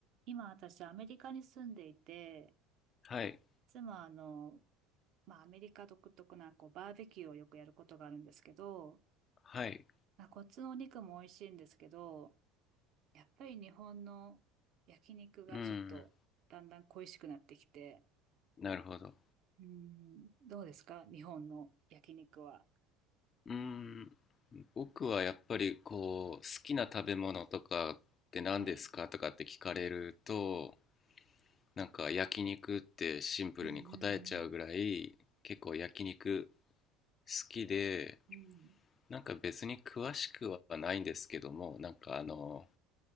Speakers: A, on the right (about 55°); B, on the left (about 35°).
A: 今私アメリカに住んでいて、
B: はい、
A: いつもあの、まあアメリカ独特なこうバーベキューをよくやることがあるんですけど、
B: はい、
A: まあ、こっちのお肉も美味しいんですけど、やっぱり日本の焼肉がちょっとだんだん恋しくなってきて、
B: うん、なるほど。
A: うん、どうですか日本の焼肉は。
B: うん、僕はやっぱりこう、好きな食べ物とかって何ですかとかって聞かれると、
A: はい。
B: なんか焼肉ってシンプルに答えちゃうぐらい、
A: うんうん
B: 結構焼肉好きで、
A: うん。うん。
B: なんか別に詳しくはないんですけども、なんかあの、